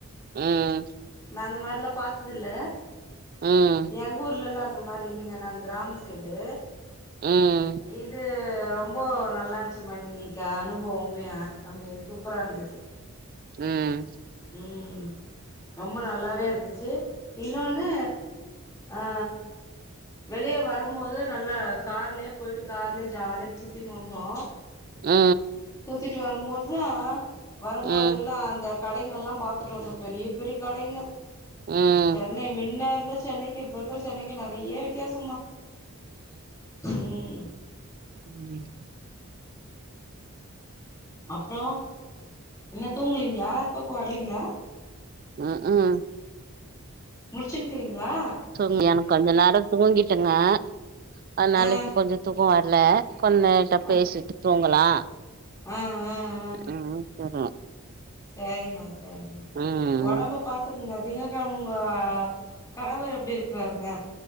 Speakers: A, on the right; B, on the left.
A: உம்
B: நா அந்த மாரி இல்லா பாத்தது இல்ல
A: ம்
B: எங்க ஊர்ல்லா அந்த மாரி இல்லிங்க நாங் கிராம சைடு
A: ம்
B: இது ரொம்போ நல்லான்ச்சிமா இன்னிக்கு அனுபவமே சூப்பரா இந்துச்சு
A: ம்
B: ம் ரொம்ப நல்லாவே இருந்துச்சு இன்னொன்னு ஆ வெளிய வரும் போது நல்லா கார்லயே போயிட்டு கார்லயே ஜாலியா சுத்தினு வந்தோ
A: அ
B: சுத்திட்டு வரும்போது தா வரும்போதெல்லா
A: ம்
B: அந்த கடைங்கலாம் பாத்துட்டு வந்தோ பெரிய பெரிய கடைங்க
A: ம்
B: சென்னை மின்ன இருந்த சென்னைக்கு இப்ப இருக்குற சென்னைக்கு நெறைய வித்தியாசோமா ம்
A: ம்
B: அப்றோ என்ன தூங்குலீங்களா தூக்கோ வர்லீங்ளா
A: உம்
B: முழிச்சுனு இருக்குறீங்களா
A: தூங்குலியா கொஞ்சோ நேரோ தூங்கிட்டங்க அதனால
B: ஆ
A: இப்ப கொஞ்சோ தூங கு வர்ல கொன்னட்ட
B: ஆ
A: பேசிட்டு தூங்கலா
B: ஆ ஆ
A: ம் ம் தெர்ல
B: சேரிமா சேரிமா
A: ம்
B: உடம்பப் பாத்துக்குங்க திங்ககிழமை உங்க கணவர் எப்டி இருக்குறாருங்க